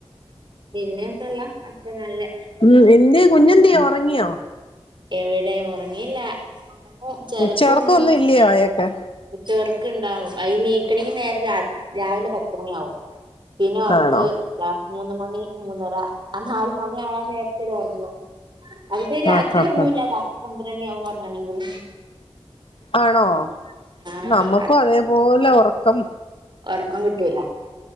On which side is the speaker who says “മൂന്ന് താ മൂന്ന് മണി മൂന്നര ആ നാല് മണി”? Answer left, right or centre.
Right